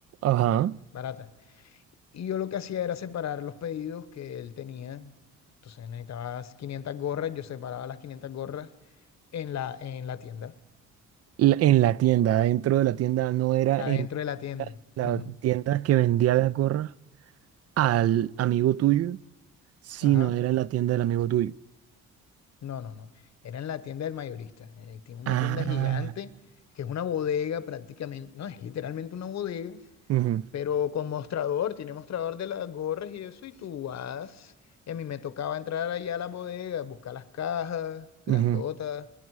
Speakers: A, on the right; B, on the left.
A: Ajá.
B: ya, baratas. Y yo lo que hacía era separar los pedidos que él tenía. Entonces necesitaba 500 gorras, yo separaba las 500 gorras en la, en la tienda.
A: La- en la tienda, dentro de la tienda, no era
B: Adentro
A: en
B: de la tienda.
A: la
B: Ujú.
A: tienda que vendía la gorra al amigo tuyo, sino
B: Ajá.
A: era en la tienda del amigo tuyo.
B: No, no, no. Era en la tienda del mayorista. Eh, tiene una
A: Ah.
B: tienda gigante, que es una bodega prácticamente. No, es literalmente una bodega,
A: Ujú,
B: pero con mostrador. Tiene mostrador de las gorras y eso. Y tú vas. Y a mí me tocaba entrar allá a la bodega, buscar las cajas grandotas
A: ujú.